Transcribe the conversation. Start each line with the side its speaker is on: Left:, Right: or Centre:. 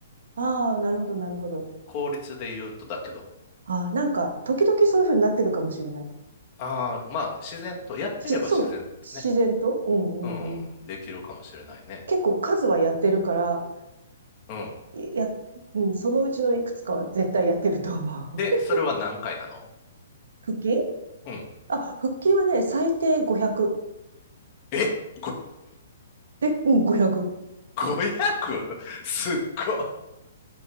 Right: あ、ああ、なるほど、なるほど。
Left: 効率で言うとだけど、
Right: あ、なんか、時々そういう風になってるかもしれない。
Left: ああ、まあ、自然と、やってれば自然とね、
Right: し、そう、自然とうんうんうん。
Left: うんうん、できるかもしれないね。
Right: 結構数はやってるから、
Left: うん。
Right: いや、うん、そのうちのいくつかは絶対やってると思う。
Left: で、それは何回なの
Right: <laughs> 腹筋
Left: うん。
Right: あ、腹筋はね、最低500。
Left: え
Right: え、うん、500。
Left: ?500?500? <laughs> すっご。